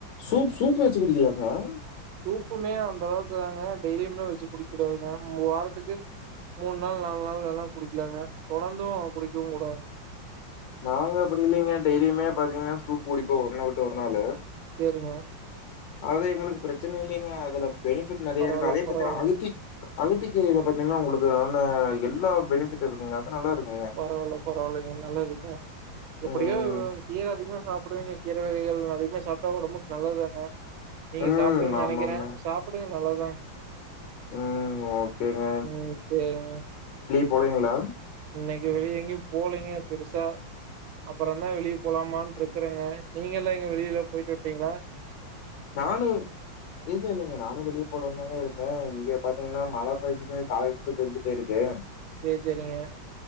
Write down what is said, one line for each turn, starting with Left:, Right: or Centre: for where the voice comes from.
Left: சூப் சூப் வச்சு குடிக்கலாங்க
Right: சூப்புமே அந்த அளவுக்கு தாங்க டெய்லிம்லா வெச்சு குடிக்க கூடாதுங்க வாரத்துக்கு மூணு நாள் நாலு நாள் வேனா குடிக்கலாங்க தொடர்ந்து குடிக்கவு குடாதுங்
Left: நாங்க அப்டி இல்லைங்க டெய்லியுமே பாத்திங்னா சூப் குடிப்போ ஒரு நா விட்டு ஒரு நாளு
Right: சேரிங்க
Left: அது எங்ளுக்கு பிரச்சனை இல்லிங்க அதுல பெனிஃபிட் நெறைய
Right: பரவால்ல
Left: இருக்கு அதே
Right: பரவால்லங்க
Left: பாத்தினா அகத்தி அகத்தி கீரையில பாத்திங்னா உங்ளுக்கு அதுல எல்லா பெனிஃபிட் இருக்குங்க அது நல்லா இருக்குங்க
Right: பரவால்ல பரவால்லங்க நல்லதுங்க எப்டியோ
Left: ம்
Right: கீர அதிகமா சாப் டுவிங்க கீரை வகைகள் அதிகமா சாப்ட்டா ஒடம்புக்கு நல்லதுதான நீங்க
Left: ம்
Right: சாப்டுவிங்கன்
Left: ஆமாங்க
Right: நெனைக்கறே சாப்பிட்ரது நல்லதாங்
Left: ம் ஓகேங்க
Right: ம் சேரிங்க
Left: போறிங்ளா
Right: இன்னைக்கு வெளிய எங்கயு போலிங்க பெருசா அப்பறந்தா வெளிய போலாமான்ட்ருக்கறங்க நீங்க எல்லா எங்க வெளில போய்ட்டு வன்ட்டிங்ளா
Left: நானு இல்ல இல்லங்க நானு வெளியே போலானுதாங்க இருந்தே இங்க பாத்தீங்னா மழ பேஞ்சது காலேர்ந்து பேஞ்சுட்டேருக்கு
Right: சேரி சேரிங்க